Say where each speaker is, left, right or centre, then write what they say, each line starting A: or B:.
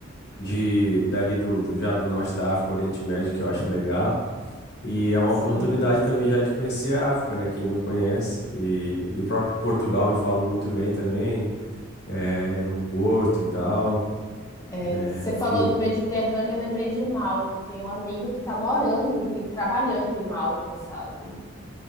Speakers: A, on the left (about 55°); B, on the left (about 15°).
A: de dali do, do já do norte da África, Oriente Médio, que eu acho legal. E é uma
B: Sim.
A: oportunidade também já de conhecer a África, né? Quem não conhece. E, e o próprio Portugal me fala muito bem também. É, o Porto e tal.
B: É,
A: É,
B: você
A: enfim.
B: falou do Mediterrâneo, eu lembrei de Malta. Eu tenho um amigo que está morando e trabalhando em Malta, sabe?